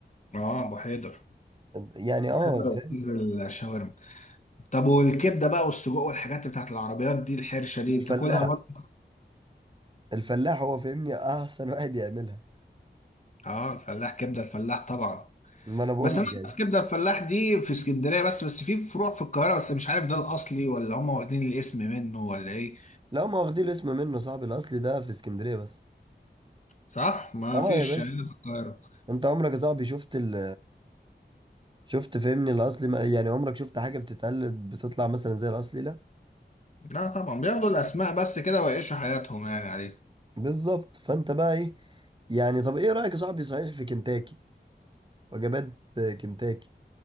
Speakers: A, on the left; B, on the right.
A: اه ابو حيدر
B: يعني اه
A: ابو حيدر
B: فاهم
A: استاذ الشاورما طب والكبده بقى والسجق والحاجات بتاعت العربيات دي الحرشه دي
B: الفلاح
A: بتاكلها برضه
B: الفلاح هو فاهمني احسن واحد يعملها
A: اه الفلاح كبده الفلاح طبعا
B: ما انا بقول
A: بس
B: لك
A: انا في
B: يعني
A: كبده الفلاح دي في اسكندريه بس بس في فروع في القاهره بس مش عارف ده الاصلي ولا هم واخدين الاسم منه ولا ايه
B: لا ما واخدين الاسم منه صاحبي الاصلي ده في اسكندرية بس
A: صح ما
B: اه
A: فيش
B: يا باشا
A: هنا في القاهره
B: انت عمرك يا صاحبي شفت ال شفت فاهمني الاصلي ما- يعني عمرك شفت حاجة بتتقلد بتطلع مثلا زي الاصلي لا
A: لا طبعا بياخدوا الاسماء بس كده ويعيشوا حياتهم يعني عليه
B: بالظبط فانت بقى ايه يعني طب ايه رأيك يا صاحبي صحيح في كنتاكي وجبات كنتاكي